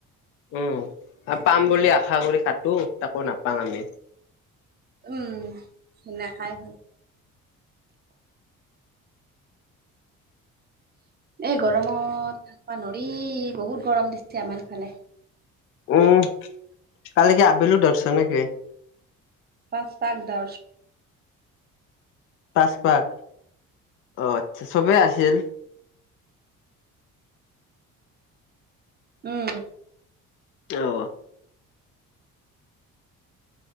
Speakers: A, on the left; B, on the right.
A: উম, পাম বুলি আশা কৰি কাটো তাকো নাপাং আমি।
B: উম, সেনেকাই হয়। এই গৰমত থাকবা নৰি বহুত গৰম দিছে আমাৰ ইফালে।
A: উম, কালি কি আবেলি দৌৰচা নেকি?
B: পাচ পাক দাৱৰচু।
A: পাচ পাক, অ' আচ্ছা চবেই আছিল।
B: উম।
A: অ'।